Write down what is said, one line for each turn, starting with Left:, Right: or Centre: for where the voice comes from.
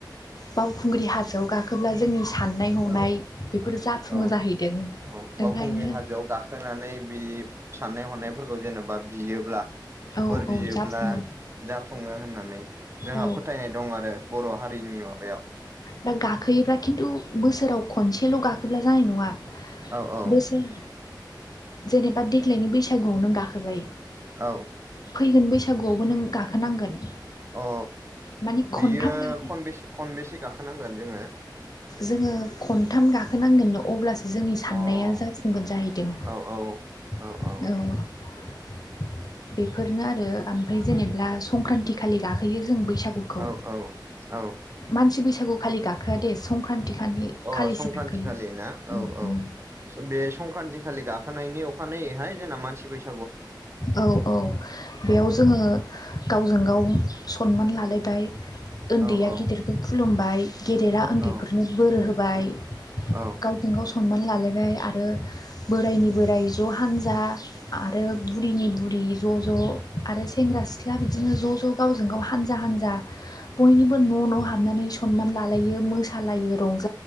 Left: बावखुंग्रि हाजोआव गाखोब्ला जोंनि। साननाय हनाय
Right: औ
Left: बेफोर जाफुङो
Right: औ
Left: जाहैदों
Right: औ बावखुंग्रि
Left: ओंखायनो
Right: हाजोआव गाखोनानै बे। साननाय हनायफोरखौ जेन'बा बियोब्ला।
Left: औ
Right: बोर
Left: औ
Right: बियोब्ला
Left: जाफुङो
Right: जाफुङो होननानै जोंहा
Left: औ
Right: फोथायनाय दं आरो। बर' हारिनि माबायाव
Left: दा गाखोयोब्ला खिन्थु बोसोराव। खनसेल' गाखोब्ला जानाय नङा
Right: औ औ
Left: बोसोर। जेनेबा देग्लायनि बैसागुआवनो गाखोबाय।
Right: औ।
Left: फैगोन बैसागुआवबो नों गाखोनांगोन
Right: अ
Left: माने
Right: बियो
Left: खनथाम गा
Right: खनबेसे खनबेसे गाखोनांगोन जोङो
Left: जोंङो खनथाम गाखो नांगोननो अब्लासो जोंनि साननाया
Right: अ
Left: जाफुंगोन जाहैदों।
Right: औ औ
Left: औ
Right: औ
Left: बेफोरनो आरो ओमफ्राय जेनेबा संक्रान्ति खालि गाखोयो जों बैसागु।
Right: औ औ औ
Left: मानसि बैसागु खालि गाखोआ दे संक्रान्ति। खालि
Right: अ
Left: खालिसो
Right: संक्रान्ति
Left: गाखोयो
Right: खालि ना
Left: उम
Right: औ औ
Left: उम।
Right: बे संक्रान्ति खालि गाखो गाखोनायनि अखानायैहाय जोंना मानसि बैसा
Left: औ औ बेयाव
Right: औ
Left: जोङो गावजों गाव सनमान लालायबाय उन्दैया
Right: औ औ
Left: गिदिरखौ खुलुमबाय। गेदेरा उन्दैफोरनो
Right: औ
Left: बोरो होबाय
Right: औ
Left: गावजों गाव। सनमान लालायबाय आरो बोरायनि बोराइ ज' हान्जा। आरो बुरिनि बुरि ज' ज' आरो सेंग्रा सिख्ला बिदिनो ज' ज' गावजों गाव हानजा हानजा हा जा बयनिबो न' न' हाबनानै सनमान लालायो मोसालायो रंजा